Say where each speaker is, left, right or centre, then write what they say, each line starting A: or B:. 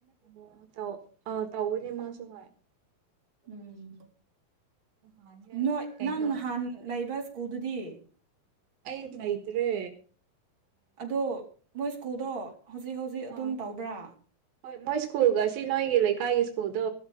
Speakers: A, on the right; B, on the right.
A: ꯑꯣ ꯇꯧ ꯑꯥ ꯇꯧꯕꯅꯤ ꯃꯁꯨꯨ ꯍꯣꯏ
B: ꯎꯝ
A: ꯍꯖ
B: ꯅꯣꯏ
A: ꯀꯩꯅꯣꯠ
B: ꯅꯪ ꯅꯍꯥꯟ ꯂꯩꯕ ꯁ꯭ꯀꯨꯜꯗꯨꯗꯤ
A: ꯑꯩꯗ ꯂꯩꯇꯔꯦ
B: ꯑꯗꯣ ꯃꯣꯏ ꯁ꯭ꯀꯨꯜꯗꯣ ꯍꯧꯖꯤꯛ ꯍꯧꯖꯤꯛ ꯑꯗꯨꯝ
A: ꯑꯥ
B: ꯇꯧꯕ꯭ꯔꯥ
A: ꯍꯣꯏ ꯃꯣꯏ ꯁ꯭ꯀꯨꯜꯒ ꯁꯤ ꯅꯣꯏꯒꯤ ꯂꯩꯀꯥꯏꯒꯤ ꯁ꯭ꯀꯨꯜꯗꯣ